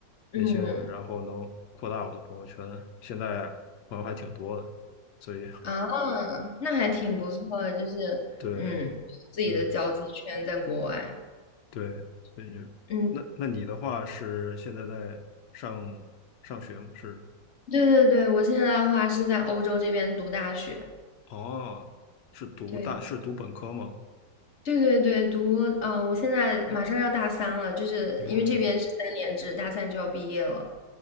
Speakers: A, on the left; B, on the left.
A: 那些人，
B: 嗯
A: 然后能扩大我的朋友圈，现在朋友还挺多的，所以
B: 啊，那还挺不错的，
A: <laughs> 所以
B: 就是嗯，
A: 对。
B: 自己的交际圈在国外，
A: 就是。对，所以就那那你的话是现在在上上学吗是
B: 嗯，对对对，我现在的话是在欧洲这边读大学，
A: 哦，是读大是读本科吗？
B: 对对对对，读，嗯、我现在马上要大三了，就是因为这边是三年制，
A: 嗯，
B: 大三就要毕业了，